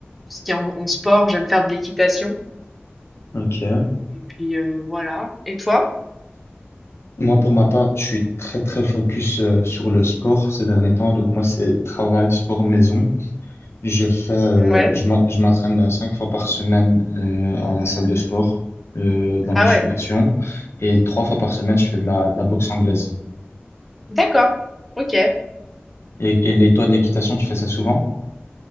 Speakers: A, in the centre; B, on the left (about 80°).
A: ce qui est en, en sport, j'aime faire de l'équitation.
B: Ok.
A: Et puis, euh, voilà. Et toi?
B: Moi, pour ma part, je suis très, très focus euh, sur le sport ces derniers temps. Donc, moi, c'est travail, sport, maison. Je fais, euh,
A: Ouais.
B: je m'en- je m'entraîne euh, cinq fois par semaine euh, à la salle de sport, euh, de la musculation.
A: Ah ouais.
B: Et trois fois par semaine, je fais de la, de la boxe anglaise.
A: D'accord. Ok.
B: Et, et les, toi, de l'équitation, tu fais ça souvent?